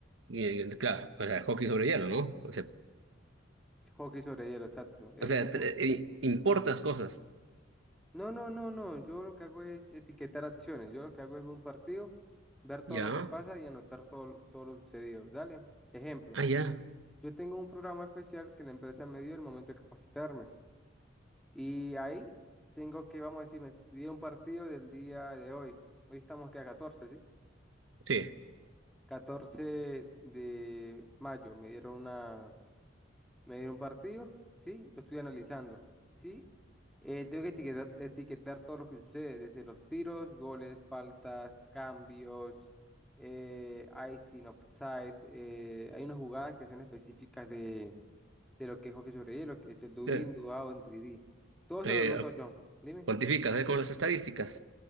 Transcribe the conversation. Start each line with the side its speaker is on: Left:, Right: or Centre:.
Right: Y, eh, claro, o sea, hockey sobre hielo, ¿no? O sea,
Centre: Hockey sobre hielo, exacto. Es
Right: o sea,
Centre: un... ju-
Right: tre- eh, importas cosas.
Centre: No, no, no, no. Yo lo que hago es etiquetar acciones. Yo lo que hago es ver un partido, ver todo
Right: Ya.
Centre: lo que pasa y anotar todo, todo lo sucedido. Dale, ejemplo.
Right: Ah, ya.
Centre: Yo tengo un programa especial que la empresa me dio el momento de capacitarme. Y ahí tengo que, vamos a decir, me dieron un partido del día de hoy. Hoy estamos que a catorce ¿sí?
Right: Sí.
Centre: catorce de mayo me dieron una, me dieron un partido, ¿sí? Lo estoy analizando, ¿sí? Eh, tengo que etiquetar, etiquetar todo lo que sucede, desde los tiros, goles, faltas, cambios, eh, icing, offside. eh, hay unas jugadas que son específicas de, de lo que es hockey sobre hielo, que es el do
Right: Eh,
Centre: in, do out, en tres d Todo eso
Right: eh,
Centre: lo noto yo. Dime.
Right: cuantificas, ¿eh? Con las estadísticas.